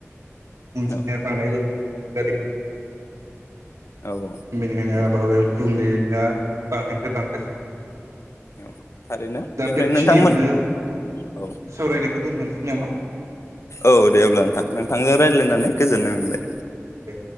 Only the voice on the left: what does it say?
औ
औ
औ
औ थारैनो
बेनिफ्राय
नोंथांमोन औ
औ दे अब्ला नोंथां नोंथांजों रायज्लायनानै गोजोननाय मोनबाय।